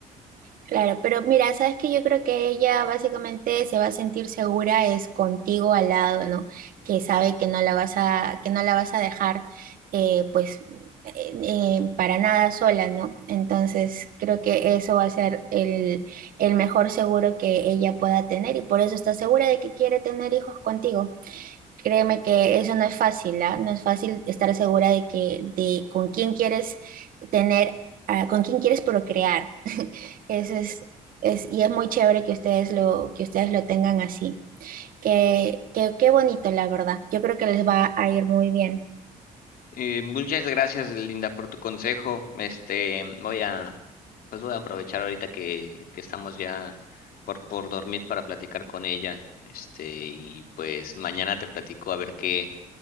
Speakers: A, on the right (about 65°); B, on the left (about 70°).
A: Claro, pero mira, sabes que yo creo que ella básicamente se va a sentir segura es contigo al lado, ¿no? Que sabe que no la vas a, que no la vas a dejar, eh, pues, eh, eh, para nada sola, ¿no? Entonces creo que eso va a ser el, el mejor seguro que ella pueda tener y por eso está segura de que quiere tener hijos contigo. Créeme que eso no es fácil, ¿ah? No es fácil estar segura de que, de con quién quieres tener, ah, con quién quieres procrear. Ese es, es, y es muy chévere que ustedes lo, que ustedes lo tengan así. Que, que, qué bonito, la verdad. Yo creo que les va a ir muy bien.
B: Eh, muchas gracias, Linda, por tu consejo. Este, voy a, pues voy a aprovechar ahorita que, que estamos ya por, por dormir para platicar con ella. Este, y pues mañana te platico a ver qué,